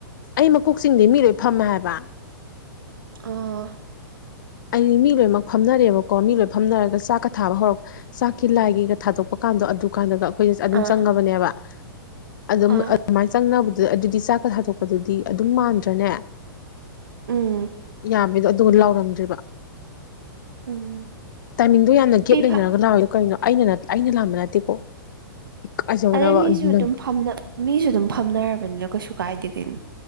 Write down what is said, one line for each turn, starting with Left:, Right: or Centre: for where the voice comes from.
Left: ꯑꯩ ꯃꯀꯣꯛꯁꯤꯡꯤꯡꯗꯤ ꯃꯤ ꯂꯣꯏ ꯐꯝꯃꯦ ꯍꯥꯏꯕ
Right: ꯑꯥ
Left: ꯑꯩꯗꯤ ꯃꯤ ꯂꯣꯏꯅꯃꯛ ꯐꯝꯅꯔꯦꯕꯀꯣ ꯃꯤ ꯂꯣꯏꯅ ꯐꯝꯅꯔꯒ ꯆꯥꯛꯀ ꯊꯥꯕ ꯍꯧꯔꯛꯄ ꯆꯥꯛꯀꯤ ꯂꯥꯏꯒꯤꯒ ꯊꯥꯗꯣꯛ ꯄ ꯀꯥꯟꯗꯣ ꯑꯗꯨ ꯀꯥꯟꯗꯒ ꯑꯩꯈꯣꯏ ꯑꯗꯨꯝ
Right: ꯑ
Left: ꯆꯪꯉꯕꯅꯦꯕ ꯑꯗꯨꯝ
Right: ꯑ
Left: ꯑꯗꯨꯃꯥꯏꯅ ꯆꯪꯅꯕ ꯑꯗꯨꯗꯤ ꯆꯥꯛꯀꯠ ꯊꯗꯣꯛꯄꯗꯨꯗꯤ ꯑꯗꯨꯝ ꯃꯥꯟꯗ꯭ꯔꯅꯦ
Right: ꯎꯝ
Left: ꯌꯥꯝꯃꯦꯗꯣ ꯑꯗꯨꯒ ꯂꯥꯎꯔꯝꯗ꯭ꯔꯤꯕ
Right: ꯎꯝ
Left: ꯇꯥꯏꯃꯤꯡꯗꯣ ꯌꯥꯝꯅ ꯒꯦꯞ
Right: ꯃꯤ
Left: ꯂꯩꯅꯔꯒ
Right: ꯐ
Left: ꯂꯥꯛꯑꯣꯏꯗꯣ ꯀꯔꯤꯅꯣ ꯑꯩꯅ ꯑꯩꯅ ꯂꯥꯛꯝꯕ ꯅꯠꯇꯦꯀꯣ ꯏꯀꯥꯏꯖꯕꯅꯕ
Right: ꯑꯗꯩ ꯃꯤꯁꯨ
Left: ꯅꯪ
Right: ꯑꯗꯨꯝ ꯐ ꯃꯤꯁꯨ ꯑꯗꯨꯝ ꯐꯝꯅꯔꯕꯅꯤꯅ ꯀꯩꯁꯨ ꯀꯥꯏꯗꯦ ꯀꯩꯅꯣ